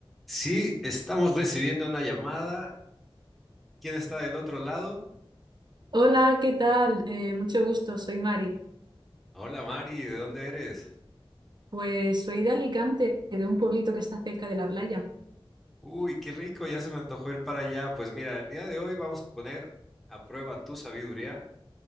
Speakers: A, in the centre; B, on the right.
A: Sí, estamos recibiendo una llamada. ¿Quién está del otro lado?
B: Hola, ¿qué tal? Eh, mucho gusto, soy Mari.
A: Hola Mari, ¿de dónde eres?
B: Pues soy de Alicante, de un pueblito que está cerca de la playa.
A: Uy, qué rico, ya se me antojó ir para allá. Pues mira, el día de hoy vamos a poner a prueba tu sabiduría